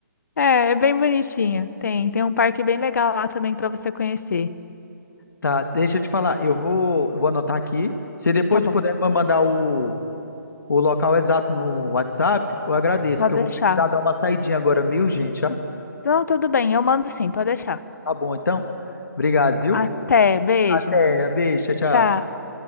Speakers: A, on the left; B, on the left.
A: É, é bem bonitinha. Tem, tem um parque bem legal lá também pra você conhecer.
B: Tá, deixa eu te falar. Eu vou, eu vou anotar aqui. Se depois
A: Tá bom,
B: tu puder me mandar o, o local exato no WhatsApp, eu agradeço,
A: pode
B: porque eu vou
A: deixar.
B: precisar dar uma saidinha agora meio, gente, ó.
A: Não, tudo bem, eu mando sim, pode deixar.
B: Tá bom, então. Obrigado, viu?
A: Até, beijo.
B: Até. Beijo, tchau,
A: Tchau.
B: tchau.